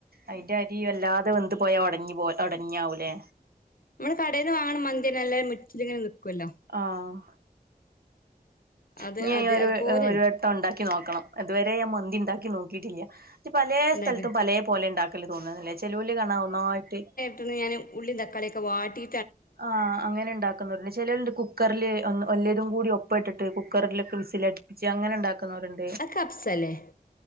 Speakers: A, on the right; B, on the left.
A: അയിന്റെ അരി വല്ലാതെ വെന്തു പോയാ ഒടഞ് പോയ ഒടഞ്ഞാവുലെ.
B: മ്മളെ കടേന്ന് വാങ്ണ മന്തിയെന്നെ ന്നല്ലെ മുറ്റ്ലിങ്ങെനെ നിക്കുല്ലോ.
A: ആഹ്
B: അത്
A: ഇഞ്ഞി അയ്
B: അത്
A: ഒരു
B: അതുപോലെന്നെ
A: ഹ് വെ ട്ടം ഇണ്ടാക്കി നോക്കണം ഇതുവെരെ ഞാൻ മന്തി ഇണ്ടാക്കി നോക്കിട്ടില്ല പലേ
B: ഉണ്ടാക്കി
A: സ്ഥല്ത്തും പലേ പോലെ ഇണ്ടാ ക്കല് തോന്ന്ണ്ലെ ചെലോല് കാണാ ഒന്നായ്ട്ട്
B: ട്ട്ണ് ഞാന് ഉള്ളീം തക്കാളിയൊക്കൊവാട്ടി
A: ആഹ് അങ്ങെനെ ഇണ്ടാക്കുന്നെത് ചെലോല്ണ്ട് കുക്കർല് ഒന്ന് ഒല്ലെതും കൂടി ഒപ്പഇട്ടിട്ട് കുക്കറിലൊക്കെ വിസിലടിപ്പിച്ച് അങ്ങെനെ ഇണ്ടാക്കുന്നോര്ണ്ട്.
B: അഹ് കപ്പ്സല്ലെ?